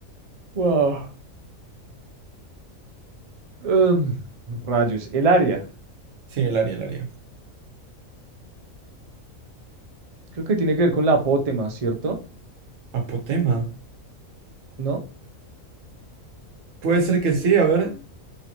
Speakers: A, on the right (about 45°); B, on the right (about 70°).
A: Wow. Em, rayos. El área.
B: Sí, el área, el área.
A: Creo que tiene que ver con la apótema, ¿cierto?
B: Apotema.
A: ¿No?
B: Puede ser que sí, a ver.